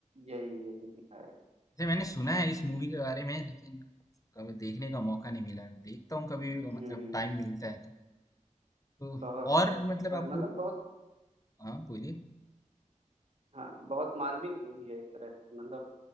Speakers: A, on the right; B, on the left.
A: यही यही दिखाया गया
B: जैसे मैंने सुना है इस मूवी के बारे में लेकिन कभी देखने का मौका नहीं मिला देखता हूँ कभी मतलब
A: हम्म
B: टाइम मिलता है तो तो
A: बहुत
B: और मतलब
A: मतलब
B: आपको
A: बहुत
B: हाँ बोलिए
A: हाँ बहुत मार्मिक मूवी है एक तरह से मतलब